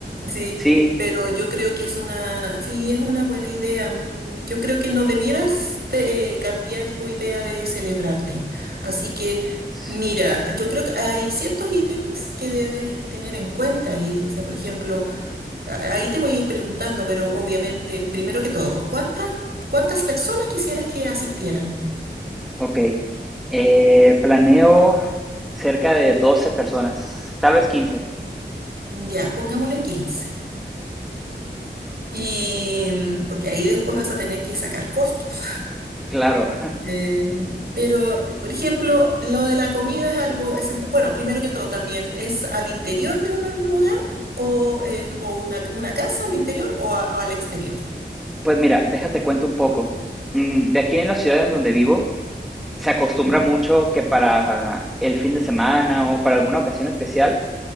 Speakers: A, on the right (about 60°); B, in the centre.
A: Sí,
B: sí,
A: pero yo creo que es una, sí, es una buena idea. Mm, Yo creo que no debieras te- eh, cambiar tu idea de celebrarte. Así que,
B: sí,
A: mira, yo creo que hay ciertos ítems que debes tener en cuenta y, o sea, por ejemplo, a- ahí te voy a ir preguntando, pero obviamente, primero que todo, ¿cuántas, cuántas personas quisieras que asistieran?
B: ok. Eh, planeo cerca de 12 personas, tal vez quince
A: Ya, pongámosle quince Y mm, porque ahí después vas a tener que sacar costos.
B: Claro,
A: Em, pero, eh, por ejemplo, lo de la comida es algo esencial. Bueno, primero que todo, también es al interior de un lugar o, en- o una, una casa al interior o, a- o al exterior.
B: <laughs> pues mira, déjate cuento un poco. Mm, De aquí en la ciudad en donde vivo, se acostumbra
A: Ujú,
B: mucho que para el fin de semana o para alguna ocasión especial,